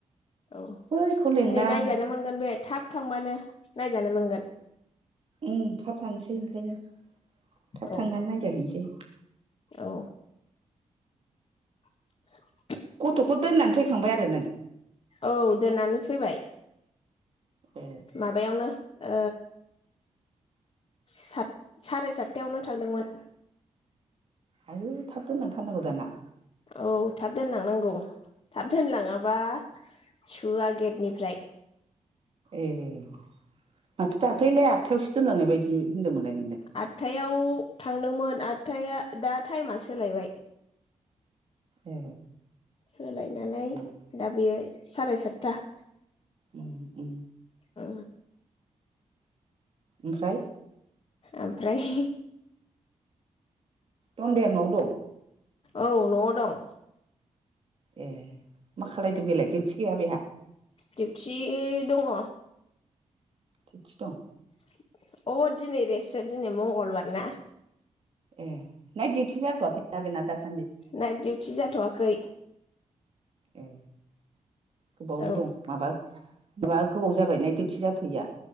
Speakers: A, on the left; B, on the right.
A: औ
B: बैखौ लेंदां
A: दिनै नायजानो मोनगोन बे थाब थांबानो नायजानो मोनगोन
B: उ थाब थांसै ओंखायनो थाब
A: औ
B: थांनानै नायजाहैसै
A: औ <unintelligible>
B: गथ'खौ दोननानै फैखांबाय आरो नों
A: औ दोननानै फैबाय
B: ए
A: माबायावनो ओ सात साराय सातथायावनो थांदोंमोन
B: आयु थाब दोनलां थारनांगौ दाना
A: औ थाब दोनलांनांगौ थाब दोनलाङाबा सोआ गेटनिफ्राय
B: ए माथो दाख्लैलाय आदथायावसो दोनलांनाय बायदि होनदोंमोनलाय नों
A: आदथायाव थांदोंमोन आटथाया दा टाइमा सोलायबाय
B: ए
A: सोलायनानै
B: उम
A: दा बेयो साराय सातथा
B: उ उ
A: ओ
B: ओमफ्राय
A: ओमफ्राय
B: दन्दाया न'वाव दं
A: औ न'आव दं
B: ए मा खालदों बेलाय डउटि गैया बेहा
A: दिडिउथि दङ
B: दिउथि दं
A: <unintelligible> अ दिनै रेस दिनै मंगलबारना
B: ए नायत दिउसि जाथ'वाखैना बेना दास
A: नाइट डउटि जाथ'वाखै
B: ए गोबावैनो
A: औ
B: दं माबा <unintelligible> नाइट डिउटि जाथ'यैया